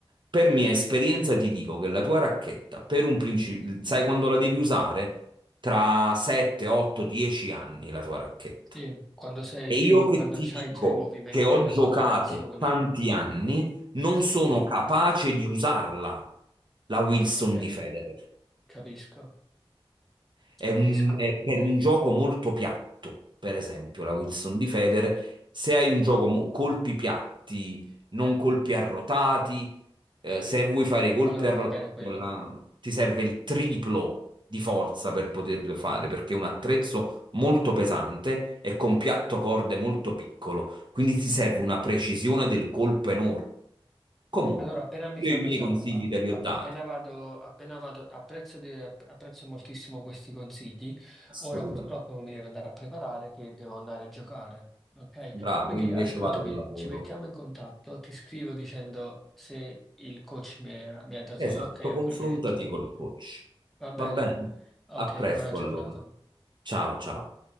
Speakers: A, on the right (about 55°); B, in the centre.
A: Per mia esperienza ti dico che la tua racchetta, per un principio, sai quando la devi usare? Tra 7, 8, 10 anni la tua racchetta.
B: Sì, quando sei
A: E io
B: più,
A: che
B: quando
A: ti
B: c'hai
A: dico
B: già i movimenti,
A: che ho
B: la
A: giocato
B: coordinazione.
A: tanti ananni, non
B: Sì,
A: sono capace di usarla, la Wilson
B: ok,
A: di Federer.
B: capisco,
A: È
B: capisco.
A: un, è per un gioco molto piatto, per esempio, la Wilson di Federer. Se hai un gioco mo- colpi piatti, non colpi arrotati, eh, se vuoi fare i colpi
B: Allora
A: arrotati,
B: va bene quello.
A: con la- ti serve il triplo di forza per poterlo fare, perché è un attrezzo molto pesante e con piatto corde molto piccolo, quindi ti serve una precisione del colpo enorme. Comunque,
B: Allora, appena mi
A: io
B: fanno,
A: i miei
B: sa-
A: consigli
B: a-
A: te li
B: a-
A: ho dati,
B: appena vado, appena vado, apprezzo, di- app- apprezzo moltissimo questi consigli.
A: assolutamente.
B: Ora purtroppo mi devo andare a preparare che devo andare a giocare. Ok?
A: Bravo,
B: Quindi
A: io invece
B: ascoltami,
A: vado al lavoro.
B: ci mettiamo in contatto, ti scrivo dicendo se il coach mi ha mi ha dato
A: Esatto,
B: l'ok a
A: confrontati
B: quello che hai detto tu.
A: col coach.
B: Va bene?
A: Va bene?
B: Ok,
A: A presto
B: buona giornata.
A: allora. Ciao ciao.